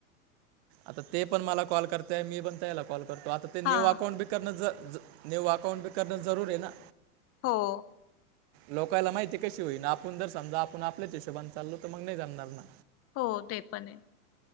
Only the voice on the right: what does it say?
आता ते पण मला कॉल करतेय मी पण त्याला कॉल करतो आता ते न्यू
अकाउंट बिक. कर ने वकाउंट पे करणे जरूर आहे ना.
लोकांला माहिती कशी होईना आपण जर समजा आपण आपल्या हिशोबान चालो तर मग नाही जाणणार ना.